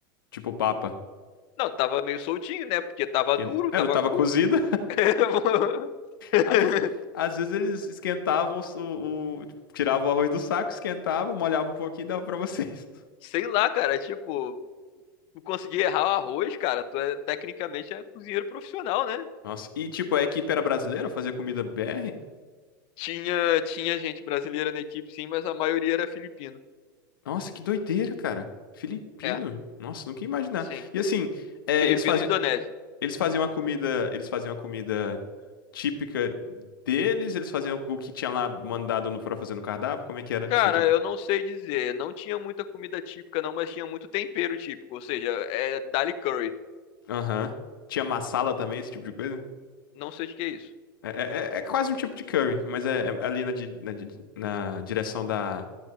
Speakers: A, on the left; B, on the left.
A: tipo papa?
B: Não, tava meio soltinho, né? Porque tava
A: Que-
B: duro,
A: É,
B: tava
A: não tava
B: cru.
A: cozido.
B: <laughs>
A: Às vezes, às vezes eles esquentavam o, o- tiravam o arroz do saco, esquentavam, molhavam um pouquinho e dava pra vocês.
B: Sei lá, cara. Tipo, conseguir errar o arroz, cara, tu é, tecnicamente é cozinheiro profissional, né?
A: <laughs> Nossa, e tipo, a equipe era brasileira, fazia comida BR?
B: Tinha, tinha gente brasileira na equipe, sim, mas a maioria era filipino.
A: Nossa, que doideira, cara. Filipino.
B: É,
A: Nossa, nunca ia imaginar.
B: sim.
A: E assim, é,
B: Filipino
A: eles faziam,
B: e indonésio.
A: eles faziam a comida, eles faziam a comida típica deles, eles faziam o que tinha lá mandado no, pra fazer no cardápio, como é que era
B: Cara,
A: essa dinâmica?
B: eu não sei dizer. Não tinha muita comida típica, não, mas tinha muito tempero típico. Ou seja, é dali curry.
A: Aham. Tinha massala também, esse tipo de coisa?
B: Não sei o que é isso.
A: É, é- é é quase um tipo de curry, mas é, é ali na, di- na di- na direção da.